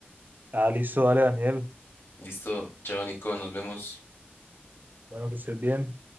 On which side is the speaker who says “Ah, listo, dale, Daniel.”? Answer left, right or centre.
Right